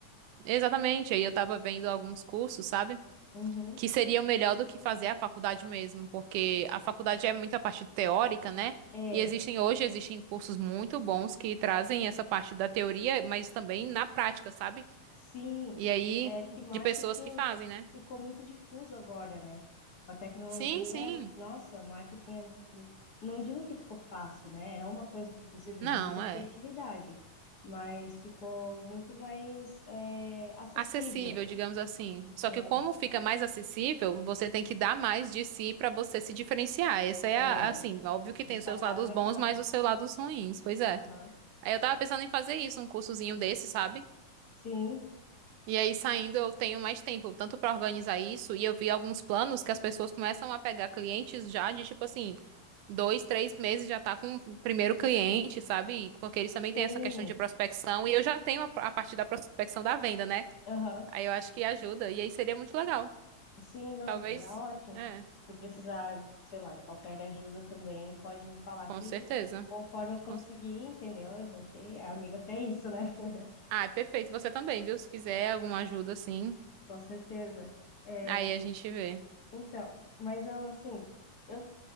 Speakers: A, on the right; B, on the left.
A: Exatamente. Aí eu tava vendo alguns cursos, sabe?
B: Uhum,
A: Que seria melhor do que fazer a faculdade mesmo, porque a faculdade é muita parte teórica, né?
B: é.
A: E existem hoje existem cursos muito bons que trazem essa parte da teoria, mas também na prática, sabe?
B: Sim,
A: E aí,
B: é que
A: de
B: marketing
A: pessoas que fazem, né?
B: ficou muito difuso agora, né? Com a tecnologia,
A: Sim, sim.
B: nossa, marketing é, não digo que ficou fácil, né? É uma coisa que tu precisa de
A: Não,
B: muita criatividade,
A: é
B: mas ficou muito mais é, acessível,
A: acessível, digamos assim. Só
B: é,
A: que como fica mais acessível, você tem que dar mais de si para você se diferenciar. Essa é
B: é,
A: a, assim, óbvio
B: se
A: que
B: destacar
A: tem os seus lados
B: no mercado.
A: bons, mas os seus lados ruins, pois é.
B: Aham.
A: Aí eu tava pensando em fazer isso, um cursozinho desse, sabe?
B: Sim,
A: E aí saindo eu tenho mais tempo, tanto para organizar isso, e eu vi alguns planos que as pessoas começam a pegar clientes já de tipo assim, dois, três meses já tá com o primeiro cliente, sabe? Porque eles também
B: sim,
A: têm essa questão de prospecção e eu já tenho a, a parte da prospecção da venda, né?
B: aham.
A: Aí eu acho que ajuda e aí seria muito legal.
B: Sim, não,
A: Talvez,
B: seria ótimo.
A: é,
B: Se tu precisar, sei lá, de qualquer ajuda também, pode me falar
A: com
B: que
A: certeza.
B: conforme eu conseguir,
A: Com cer-
B: entendeu? A gente é amiga para isso, né? <laughs>
A: Ah, é perfeito. Você também, viu? Se quiser alguma ajuda, assim,
B: Com certeza. É,
A: aí a gente vê.
B: então, mas eu, assim, eu